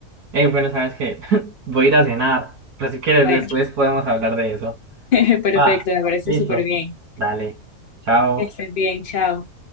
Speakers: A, on the right (about 75°); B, on the left (about 55°).
A: Hey, bueno, ¿sabes qué? <laughs> Voy a ir a cenar, pero si quieres
B: Bueno,
A: después podemos hablar de eso.
B: <laughs> perfecto,
A: Va,
B: me parece
A: listo.
B: súper bien.
A: Dale, chao.
B: Que estés bien, chao.